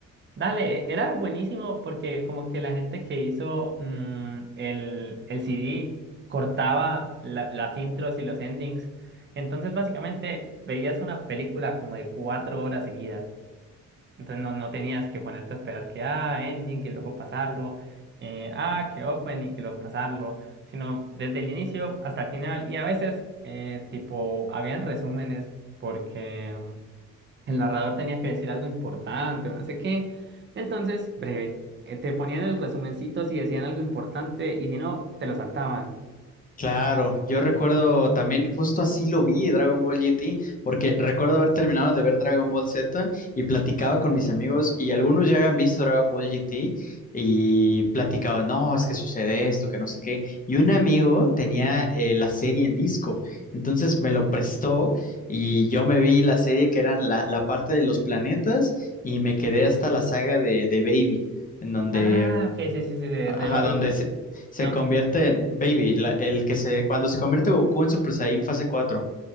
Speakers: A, on the right; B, on the left.
A: Dale, e, era buenísimo porque como que la gente que hizo mm, el, el CD cortaba la- las intros y los endings. Entonces básicamente veías una película como de cuatro horas seguidas. Entonces no, no tenías que ponerte a esperar que, ah, ending y luego pasarlo, eh, ah, que opening y que luego pasarlo, sino desde el inicio hasta el final. Y a veces, eh, tipo, habían resúmenes porque el narrador tenía que decir algo importante o no sé qué. Entonces, breve, eh, te ponían el resumencito si decían algo importante y si no, te lo saltaban.
B: Claro, yo recuerdo también justo así lo vi Dragon Ball GT, porque recuerdo haber terminado de ver Dragon Ball Z y platicaba con mis amigos y algunos ya habían visto Dragon Ball GT y platicaba, no, es que sucede esto, que no sé qué. Y un amigo tenía eh, la serie en disco, entonces me lo prestó y yo me vi la serie que eran la, la parte de los planetas y me quedé hasta la saga de, de Baby, en donde
A: Ah, ok, sí, sí, sí, de,
B: Ajá,
A: de Babel.
B: donde se, se
A: No.
B: convierte en Baby, la- el que se, cuando se convierte Goku en Super Saiyan fase 4.